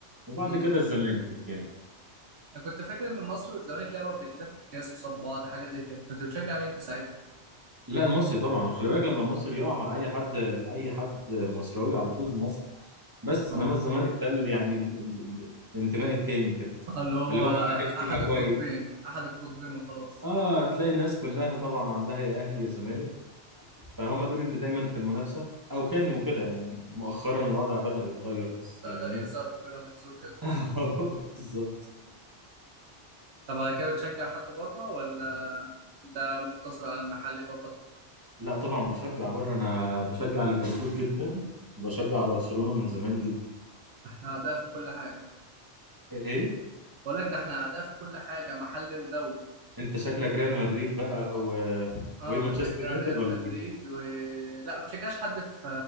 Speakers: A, on the right; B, on the right.
A: وبعد
B: امم
A: كده الزمالك يعني
B: انا كنت فاكر ان المصري والزمالك لعبوا قبل كده في الكاس وصاب بعض حاجة زي كده كنت بتشجع مين انت ساعتها؟
A: لا المصري طبعا وخلي بالك لما المصري بيقع مع اي حد اي حد مصراوي على طول المصري بس
B: اه
A: انما الزمالك ده اللي يعني ال- ال- ال- الانتماء التاني كده
B: آه، اللي هو
A: اللي هو عرفت
B: احد
A: يبقى
B: القطبين
A: كويس
B: احد القطبين وخلاص
A: اه تلاقي الناس كلها طبعا عندها يا اهلي يا زمالك فهم دول اللي دايما في المنافسة أو كانوا كده يعني مؤخرا الوضع بدأ يتغير بس
B: بدأ
A: يعني
B: يظهر
A: إيه
B: بيراميدز وكده
A: <laughs> بالظبط
B: طب على كده بتشجع حد بره ولا انت مقتصر على المحلي فقط
A: لا طبعا بشجع بره أنا بشجع ليفربول جدا وبشجع برشلونة من زمان جدا
B: احنا اعداء في كل حاجه
A: إيه
B: بقول لك ده احنا اعداء في كل حاجه محلي ودولي
A: أنت شكلك ريال مدريد بقى و...
B: اه
A: وإيه مانشستر
B: بشجع
A: يونايتد
B: ريال
A: ولا
B: مدريد
A: إيه
B: و لا ما بشجعش حد في